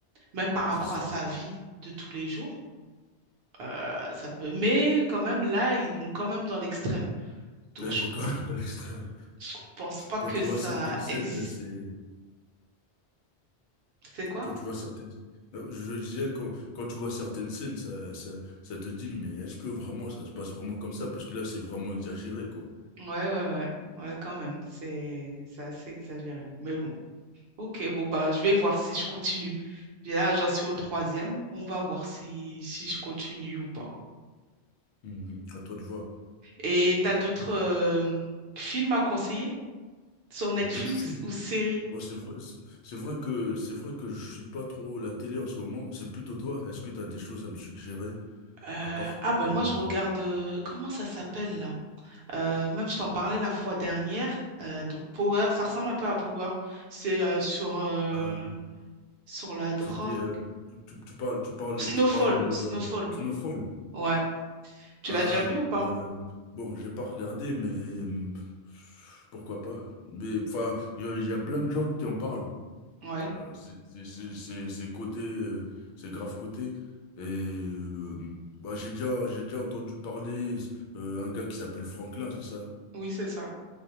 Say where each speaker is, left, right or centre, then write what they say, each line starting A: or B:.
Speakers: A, on the right; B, on the left.
A: même par rapport
B: c'est ça.
A: à sa vie de tous les jours. euh, ça peut, mais quand même là, ils vont quand même dans l'extrême. Donc,
B: Mais il
A: je,
B: faut quand même <laughs> à l'extrême.
A: je pense pas que
B: Quand tu vois
A: ça
B: certaines scènes,
A: existe.
B: c'est,
A: C'est quoi?
B: quand tu vois certaines, Non, je, je disais, quand, quand tu vois certaines scènes, ça, ça, ça te dit, mais est-ce que vraiment ça se passe vraiment comme ça? Parce que là, c'est vraiment exagéré, quoi.
A: Ouais, ouais, ouais. Ouais, quand même. C'est, c'est assez exagéré. Mais bon. Ok, bon, bah, je vais voir si je continue. Puis Là, j'en suis au troisième. On va voir si, si je continue ou pas.
B: Mhm. À toi de voir.
A: Et t'as d'autres euh, films à conseiller sur Netflix
B: D'autres films.
A: ou séries?
B: Ouais, c'est vrai, c'est c'est vrai que c'est vrai que je suis pas trop la télé en ce moment. C'est plutôt toi. Est-ce que tu as des choses à me suggérer
A: Euh,
B: à part
A: ah
B: à
A: ben
B: part
A: moi je
B: euh,
A: regarde euh, comment ça s'appelle là? Euh, même je t'en parlais la fois dernière. euh, donc Power, ça ressemble un peu à Power. C'est euh, sur euh,
B: ah,
A: Sur la drogue.
B: c'était euh, tu, tu- tu parles tu parles
A: Snowfall,
B: tu parles de euh,
A: Snowfall.
B: Snowfall.
A: Ouais. Tu
B: Ah
A: l'as déjà vu ou pas?
B: euh, bon, j'ai pas regardé mais hum, pourquoi pas. Mais enfin, il y, a il y a plein de gens qui en parlent.
A: Ouais.
B: Euh, c'est c'est c'est c'est c'est côté euh, c'est grave côté et euh, bah j'ai déjà j'ai déjà entendu parler euh, un gars qui s'appelle Franklin, c'est ça?
A: Oui, c'est ça.